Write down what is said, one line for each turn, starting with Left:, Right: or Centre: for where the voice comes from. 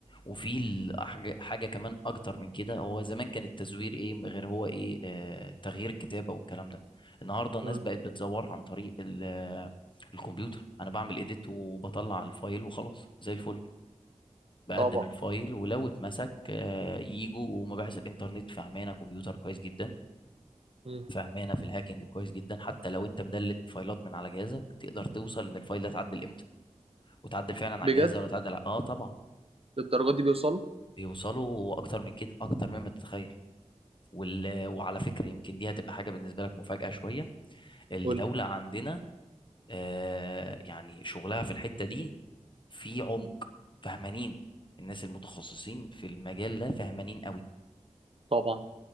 Left: وفي ال- حاجه حاجة كمان اكتر من كده هو زمان كان التزوير ايه غير هو ايه آه تغيير الكتابه والكلام ده النهارده الناس
Right: مم.
Left: بقت بتزور عن طريق ال- الكمبيوتر انا بعمل ايديت وبطلع الفايل وخلاص زي الفل بقدم
Right: طبعا
Left: الفايل ولو اتمسك آه، يجوا ومباحث الانترنت فهمانه كمبيوتر كويس جدا
Right: مم.
Left: فهمانه في الهاكينج كويس جدا حتى لو انت مدلت فايلات من على جهازك تقدر توصل ان الفايل ده اتعدل امتى وتعدل فعلا على
Right: بجد
Left: الجهاز ده ولا اتعدل على- اه طبعا
Right: للدرجات دي بيوصلوا
Left: بيوصلوا اكتر من كده اكتر مما تتخيل وال... وعلى فكره يمكن دي هتبقى حاجه بالنسبه لك مفاجاه شويه الدوله
Right: قول لي.
Left: عندنا آه يعني شغلها في الحته دي في عمق فهمانين الناس المتخصصين في المجال ده فهمانين
Right: طبعا